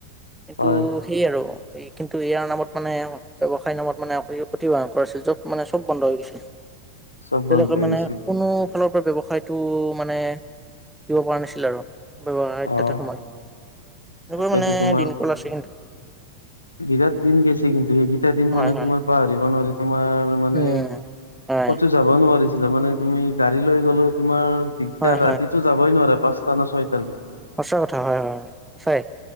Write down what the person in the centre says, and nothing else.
কিন্তু
সেয় আৰু এই কিন্তু ইয়াৰ নামত মানে ব্যেৱসায়ৰ নামত মানেভন কৰাছিল যব মানে চব বন্ধ হৈ গৈছিল।
তেওলোকে
মানে
কোনো ফালৰ পৰা ব্যৱসায় টো মানে দিব পৰা নাছিল আৰু ব্যেৱসায়
তাতে সময় এনেকুৱা
মানে
দিন কল আছে কিন্তু।
হয়
হয়
উম। হয়
হয়
সচা কথা হয় - হয় সচাই